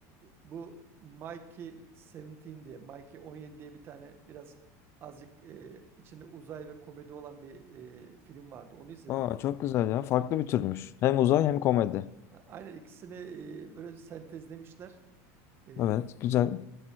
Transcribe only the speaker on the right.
bu Mikey 17 diye, Mikey 17 diye bir tane biraz azıcık e, içinde uzay ve komedi olan bir e, film vardı. Onu izledim.
A- Aynen ikisini e, böyle sentezlemişler. E,